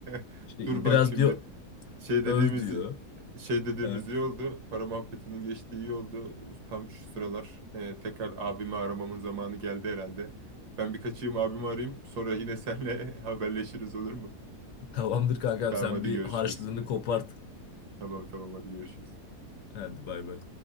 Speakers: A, on the right; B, on the left.
A: <laughs>
B: işte
A: Dur bak
B: biraz
A: şimdi
B: diyor
A: şey dediğimiz
B: öv diyor.
A: şey dediğimiz
B: He,
A: iyi oldu. Para muhabbetinin geçtiği iyi oldu. Tam şu sıralar e, tekrar abimi aramamın zamanı geldi herhalde. Ben bir kaçayım abimi arayayım. Sonra yine seninle <laughs> haberleşiriz olur mu?
B: tamamdır kankam
A: Tamam
B: sen
A: hadi
B: bir
A: görüşürüz.
B: harçlığını kopart.
A: Tamam tamam hadi görüşürüz.
B: Hadi bay bay.